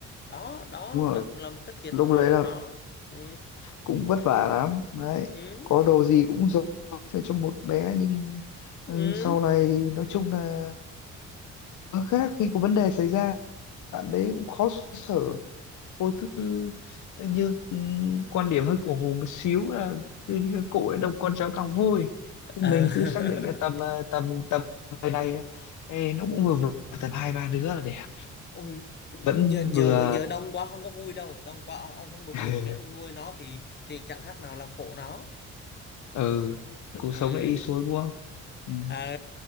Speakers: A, on the left (about 35°); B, on the left (about 75°).
A: đó đó
B: đúng rồi
A: đó cũng là một cái thiệt
B: lúc
A: thòi
B: đấy là
A: của nó ừ
B: cũng vất vả lắm đấy
A: ừ
B: có đồ gì cũng dồn hết về cho một bé nhưng
A: ừ
B: ừ, sau này nói chung là Nó khác khi có vấn đề xảy ra bạn đấy cũng khó xoay sở vô cứ như ừm, quan điểm hơi cổ hủ một xíu là cứ như cái cội đông con cháu càng vui mình
A: Ờ. <laughs>
B: cứ xác định là tầm ờ, tầm tầm người này ê, nó cũng vừa vừa tầm hai ba đứa là đẹp
A: ông
B: vẫn
A: giờ
B: vừa
A: giờ giờ đông quá không có vui đâu đông quá ông ông không đủ
B: <laughs>
A: điều kiện ông nuôi nó thì thì chẳng khác nào làm khổ nó
B: ừ cuộc
A: ừ
B: sống lại đi xuống đúng không ừ.
A: Ờ.